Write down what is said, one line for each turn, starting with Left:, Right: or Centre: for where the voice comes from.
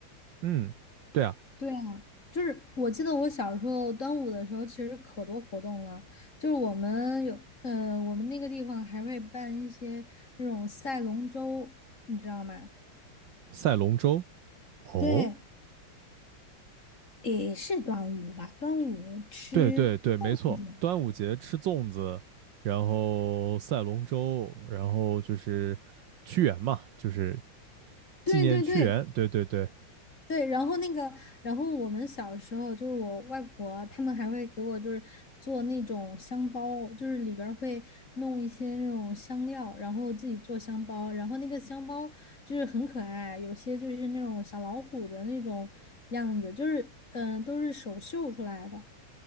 Right: 嗯，对啊，
Left: 对啊，就是我记得我小时候端午的时候，其实可多活动了，就是我们有，呃，我们那个地方还会办一些那种赛龙舟，你知道吗？
Right: 赛龙舟。哦，
Left: 对，也是端午吧，端午吃粽子，
Right: 对对对，没错，端午节吃粽子，然后赛龙舟，然后就是屈原嘛，就是
Left: 对对对，
Right: 纪念屈原。对对对，
Left: 对，然后那个，然后我们小时候就是我外婆他们还会给我就是做那种香包，就是里边儿会弄一些那种香料，然后自己做香包，然后那个香包就是很可爱，有些就是那种小老虎的那种样子，就是嗯、呃都是手绣出来的。